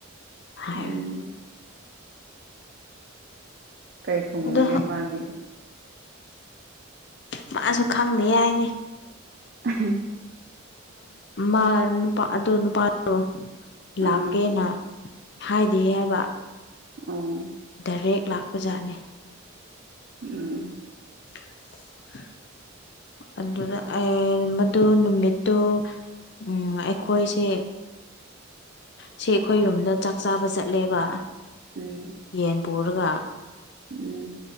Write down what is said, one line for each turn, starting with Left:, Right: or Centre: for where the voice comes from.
Left: ꯍꯥꯏꯕꯅꯦ
Right: ꯎꯝ ꯀꯩ ꯈꯨꯝꯔꯒꯦ
Left: ꯑꯁ
Right: ꯃꯥꯗꯤ
Left: ꯃꯥꯁꯨ ꯈꯪꯕ ꯌꯥꯏꯅꯤ
Right: ꯎꯝ
Left: ꯃꯥ ꯅꯨꯄꯥ ꯑꯗꯨ ꯅꯨꯄꯥ ꯗꯣ ꯂꯥꯛꯀꯦꯅ
Right: ꯑꯥ
Left: ꯍꯥꯏꯗꯤꯌꯦ ꯍꯥꯏꯕ
Right: ꯑꯣ
Left: ꯗꯥꯏꯔꯦꯛ ꯂꯥꯛꯄꯖꯥꯠꯅꯤ
Right: ꯎꯝ
Left: <inaudible> ꯑꯗꯨꯅ ꯑꯦ ꯃꯗꯨ ꯅꯨꯃꯤꯠꯇꯨ ꯎꯝ ꯑꯩꯈꯣꯏꯁꯦ ꯁꯤ ꯑꯩꯈꯣꯏ ꯔꯣꯝꯗ ꯆꯥꯛ ꯆꯥꯕ ꯆꯠꯂꯦꯕ
Right: ꯎꯝ
Left: ꯌꯦꯟ ꯄꯨꯔꯒ
Right: ꯎꯝ